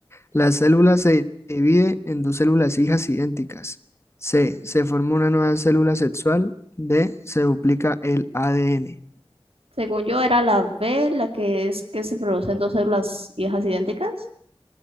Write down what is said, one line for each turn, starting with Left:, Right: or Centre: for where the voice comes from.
Left: la célula se divide en dos células hijas idénticas. C, se forma una nueva célula sexual. D, se duplica el ADN.
Right: Según yo, era la B, la que es que se producen dos células hijas idénticas.